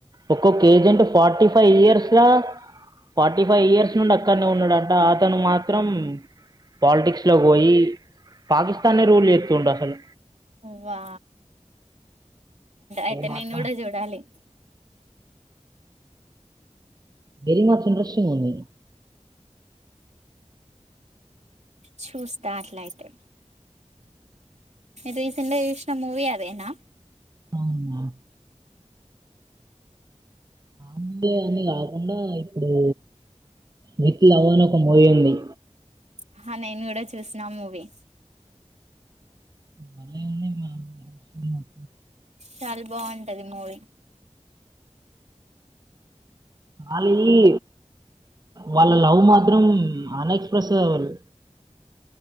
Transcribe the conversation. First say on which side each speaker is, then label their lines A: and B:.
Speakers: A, on the right (about 35°); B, on the right (about 65°).
A: ఒక్కొక్క agent forty five years forty five years నుండి అక్కడనే ఉన్నాడంట అతను మాత్రం పాలిటిక్స్ లో పోయి పాకిస్తానే రూల్ చేస్తుండు అసలు
B: వా అయితే
A: ఇది మాత్రం
B: నేను కూడా చూడాలి
A: <unintelligible> ఇంట్రెస్ంగ్ ఉంది
B: చూస్తా అట్లా అయితే రీసెంట్ చూసిన మూవీ అదేనా
A: అవునా ఆ మూవీ అన్ని కాకుండా ఇప్పుడు విత్ లవ్ అని ఒక మూవీ ఉంది
B: ఆహా, నేను గూడ చూసినా మూవీ.
A: మళ్ళ ఏమైంది మళ్ళ <inaudible>
B: చాల బాగుంటది మూవీ.
A: అల్లీ వాళ్ళ లవ్ మాత్రం అన్ఎక్స్ప్రెస్ వాల్ల్